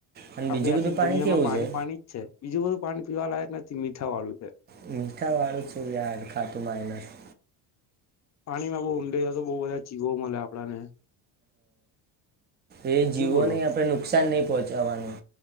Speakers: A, on the right (about 20°); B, on the left (about 35°).
A: અને બીજું
B: આપડે આખી
A: બધું
B: દુનિયામાં
A: કેવું
B: પાણી
A: છે
B: પાણી જ છે. બીજું બધું પાણી પીવા લાયક નથ થી મીઠા વાળુ છે.
A: મીઠા વાળું છું યાર ફાતિમાનસ
B: પાણીમાં બહુ ઊંડે જાઓ તો બહુ બધા જીવો મળે આપડાને
A: એ જીવોને
B: શું બોલો
A: ની આપડ નુકાન નઈ પોહ જવાની